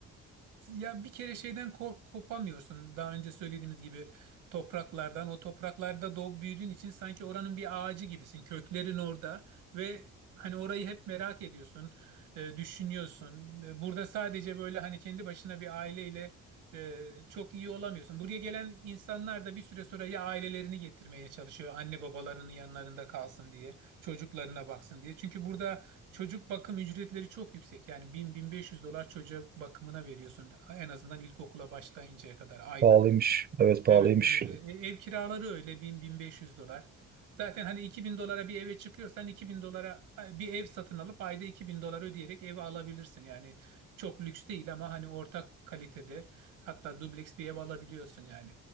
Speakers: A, on the right (about 85°); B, on the right (about 30°).
A: e, ya bir kere şeyden kork kopamıyorsun. Daha önce söylediğimiz gibi topraklardan o topraklarda doğup büyüdüğün için sanki oranın bir ağacı gibisin. Köklerin orada ve hani orayı hep merak ediyorsun, e, düşünüyorsun. E, Burada sadece böyle hani kendi başına bir aileyle e, çok iyi olamıyorsun. Buraya gelen insanlar da bir süre sonra ya ailelerini getirmeye çalışıyor. Anne babalarının yanlarında kalsın diye, çocuklarına baksın diye. Çünkü burada Çocuk bakım ücretleri çok yüksek. Yani bin bin beş yüz dolar çocuğa bakımına veriyorsun. En azından ilkokula başlayıncaya kadar aylık.
B: Pahalıymış. Evet pahalıymış.
A: Evet öyle. E, Ev kiraları öyle bin bin beş yüz dolar. Zaten hani 2000 dolara bir eve çıkıyorsan 2000 dolara e, bir ev satın alıp ayda 2000 dolar ödeyerek evi alabilirsin. Yani çok lüks değil ama hani ortak kalitede hatta dubleks bir ev alabiliyorsun yani.